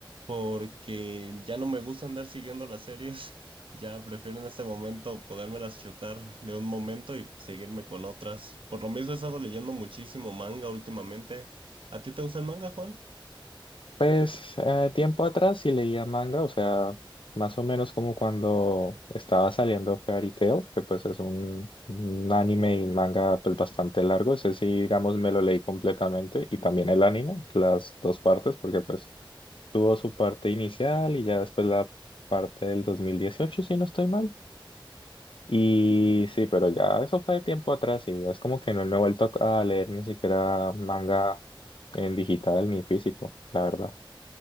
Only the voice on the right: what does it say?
porque ya no me gusta andar siguiendo las series, <laughs> ya prefiero en este momento podérmelas chutar de un momento y seguirme con otras. Por lo mismo he estado leyendo muchísimo manga últimamente. ¿A ti te gusta el manga, Juan?